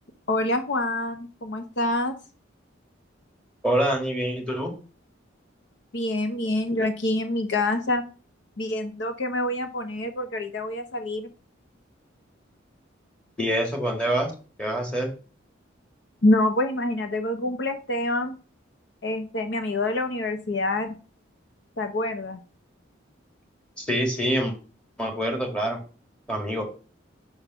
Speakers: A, on the left; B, in the centre.
A: Hola Juan, ¿cómo estás?
B: Hola Dani, bien, ¿y tú?
A: Bien, bien, yo aquí en mi casa viendo qué me voy a poner porque ahorita voy a salir.
B: ¿Y eso, para dónde vas? ¿Qué vas a hacer?
A: No, pues imagínate que hoy cumple Esteban, este, mi amigo de la universidad, ¿te acuerdas?
B: Sí, sí, em- me acuerdo, claro, tu amigo.